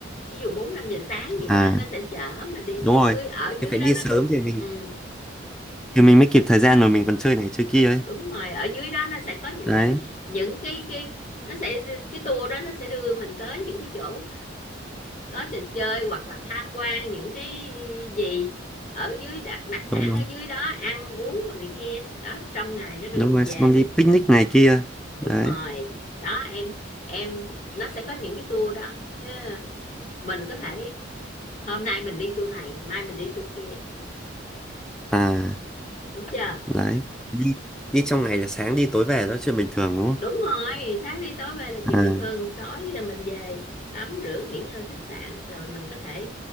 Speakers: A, on the left; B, in the centre.
A: thí dụ bốn năm giờ sáng gì
B: à,
A: đó nó sẽ chở mình đi
B: đúng
A: xuống
B: rồi.
A: dưới ở dưới
B: Thì phải
A: đó
B: đi
A: nó
B: sớm thì mình
A: ừ,
B: thì mình mới kịp thời gian rồi mình còn chơi này chơi kia ấy.
A: đúng rồi ở dưới đó nó sẽ có những
B: Đấy,
A: cái những cái cái nó sẽ cái tour đó nó sẽ đưa mình tới những cái chỗ có trò chơi hoặc là tham quan những cái gì ở dưới đặc, đặc sản
B: đúng rồi.
A: ở dưới đó ăn uống này kia đó trong ngày nó đưa
B: Đúng
A: mình
B: rồi,
A: về
B: xong đi picnic này kia.
A: đúng
B: Đấy.
A: rồi đó em em nó sẽ có những cái tour đó Ờ, mình có thể hôm nay mình đi tour này ngày mai mình đi tour kia
B: à
A: đúng chưa
B: đấy đi đi trong ngày là sáng đi tối về đó là chuyện bình thường đúng không
A: đúng rồi sáng đi tối về là chuyện
B: à
A: bình thường tối là mình về tắm rửa nghỉ ngơi khách sạn rồi mình có thể